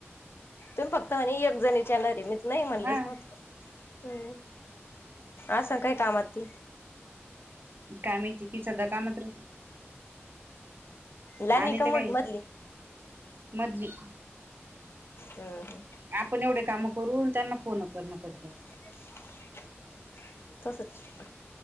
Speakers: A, on the left; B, on the right.
A: तुम्ही फक्त म्हने एक जणच येणारे मी नाही म्हणलेच
B: हा
A: न्हवतो. हम्म, असन काय कामात ती?
B: काय माहिती, ति सध्या कामात राहती.
A: लहानी
B: हा नाही
A: का
B: त
A: मोठी
B: काय,
A: मधली
B: मधली.
A: हम्म हम्म.
B: आपण एवढे काम करून त्यांना फोन करणं पडते.
A: <inaudible> तसचे